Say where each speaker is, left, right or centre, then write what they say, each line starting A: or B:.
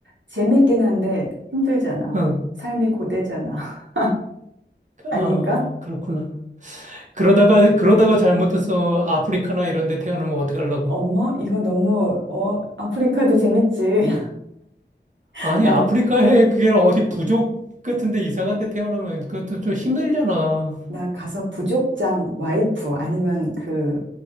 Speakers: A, on the right; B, on the right.
A: 재밌긴 한데 힘들잖아.
B: 응.
A: 삶이 고되잖아. <laughs>
B: 아,
A: 아닌가?
B: 그렇구나. 그러다가 그러다가 잘못해서 아프리카나 이런 데 태어나면 어떡하려고.
A: 어머, 이거 너무, 어, 아프리카도 재밌지. <laughs>
B: 아니,
A: 난,
B: 아프리카에 그게 어디 부족 같은데 이상한 데 태어나면 그것도 좀 힘들잖아.
A: 나 가서 부족장 와이프 아니면 그,